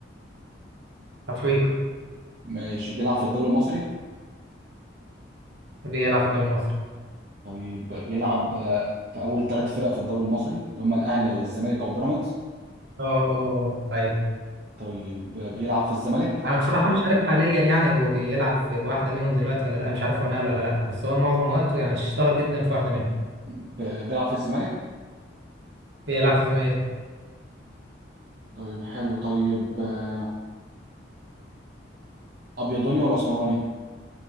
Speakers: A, on the right; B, on the right.
A: أفريقي
B: ماشي بيلعب في الدوري المصري
A: بيلعب في الدوري المصري
B: طيب بيلعب في اول ثلاث فرق في الدوري المصري اللي هم الاهلي او الزمالك او بيراميدز
A: آه آه آه أيوه
B: طيب بيلعب في الزمالك
A: انا بصراحه مش عارف حاليا يعني هو بيلعب في واحده منهم دلوقتي ولا لا مش عارف هو نقل ولا لا بس هو معظم وقته يعني اشتهر جدا في واحده منهم
B: ب- بيلعب في الزمالك
A: بيلعب في زمايلي
B: طيب حلو طيب آه، ابيضاني ولا اسمراني